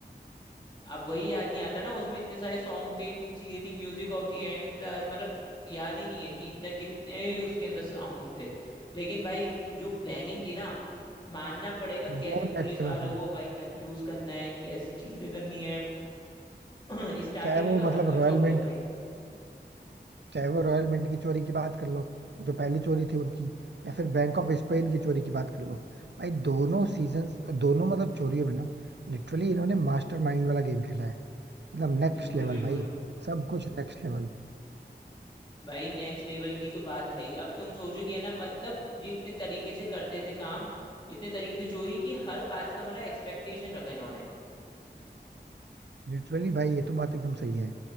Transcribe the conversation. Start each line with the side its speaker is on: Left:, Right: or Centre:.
Left: अब वही याद नहीं आता ना उसमें इतने सारे सॉन्ग थे इतनी चीजें थी म्यूजिक ऑफ द एंड मतलब याद ही नहीं है कि इतना कितने उसके अंदर साउंड थे लेकिन भाई जो प्लानिंग थी ना मानना पड़ेगा
Right: हैं।
Left: कैसे
Right: वो
Left: पुलिस
Right: नेक्स्ट
Left: वालों
Right: लेवल थी
Left: को भाई कंफ्यूज करना है कैसे चीजें करनी है <clears throat> स्टार्टिंग
Right: चाहे
Left: में
Right: वो
Left: तो हर
Right: मतलब
Left: कोई
Right: रॉयल
Left: चौंक
Right: मिंट
Left: गया भाई
Right: चाहे वो रॉयल मिंट की चोरी की बात कर लो जो पहली चोरी थी उनकी या फिर बैंक ऑफ स्पेन की चोरी की बात कर लो भाई दोनों सीजन्स दोनों मतलब चोरियों में ना लिटरली इन्होंने मास्टरमाइंड वाला गेम खेला है मतलब नेक्स्ट
Left: बिल्कुल
Right: लेवल
Left: बिल्कुल
Right: भाई सब कुछ नेक्स्ट लेवल
Left: भाई नेक्स्ट लेवल की तो बात है ही अब तुम सोचो कि है ना मतलब ये इतने तरीके से करते थे काम इतने तरीके से चोरी कि हर बात का मतलब एक्सपेक्टेशन रखा इन्होंने
Right: लिटरली भाई ये तो बात एकदम सही है